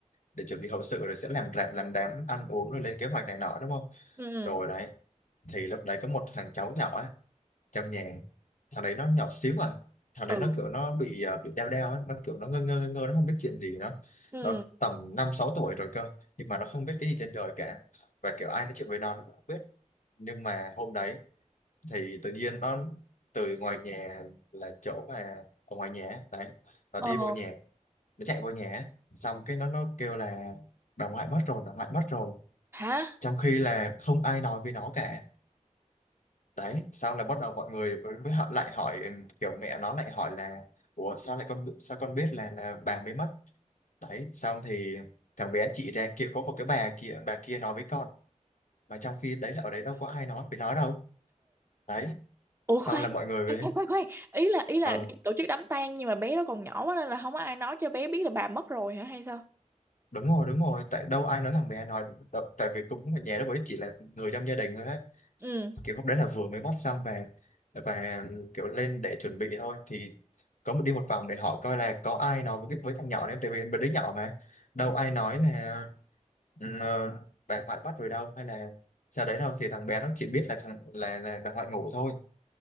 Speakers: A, on the left; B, on the right.
A: để chuẩn bị hậu sự rồi sẽ làm rạp làm đám ăn uống rồi lên kế hoạch này nọ đúng không
B: ừ,
A: rồi đấy thì lúc đấy có một thằng cháu nhỏ á trong nhà thằng đấy nó nhỏ xíu à thằng đấy
B: ừ,
A: nó kiểu nó bị à, bị đeo đeo ấy nó kiểu nó ngơ ngơ ngơ ngơ nó không biết chuyện gì nó
B: ừ.
A: nó tầm năm sáu tuổi rồi cơ nhưng mà nó không biết cái gì trên đời cả và kiểu ai nói chuyện với nó nó cũng không biết nhưng mà hôm đấy thì tự nhiên nó từ ngoài nhà là chỗ mà ở ngoài nhà á, đấy nó
B: Ờ.
A: đi vô nhà nó chạy vô nhà á, xong cái nó nó kêu là bà ngoại mất rồi bà ngoại mất rồi
B: Hả?
A: trong khi là không ai nói với nó cả đấy sau là bắt đầu mọi người mới, mới họ lại hỏi ừ, kiểu mẹ nó lại hỏi là ủa sao lại con sao con biết là là bà mới mất đấy xong thì thằng bé chỉ ra kia có một cái bà kia bà kia nói với con mà trong khi đấy là ở đấy đâu có ai nói với nó đâu đấy
B: Ủa
A: sau
B: khoan.
A: là mọi người
B: Khoan, khoan,
A: mới,
B: khoan. khoan. Ý là ý là
A: ờ
B: đang tổ chức đám tang nhưng mà bé đó còn nhỏ quá nên là không có ai nói cho bé biết là bà mất rồi hả hay sao?
A: đúng rồi đúng rồi tại đâu ai nói thằng bé nói đâu, tại vì cũng ở nhà lúc ấy chỉ là người trong gia đình thôi á
B: Ừ.
A: kiểu lúc đấy là vừa mới mót xong về và kiểu lên để chuẩn bị thôi thì có một đi một vòng để hỏi coi là có ai nói với cái- với thằng nhỏ đấy tại vì bên đứa nhỏ mà đâu ai nói là ừ, ờ, bà ngoại bắt rồi đâu hay là sau đấy đâu thì thằng bé nó chỉ biết là thằng là, là bà ngoại ngủ thôi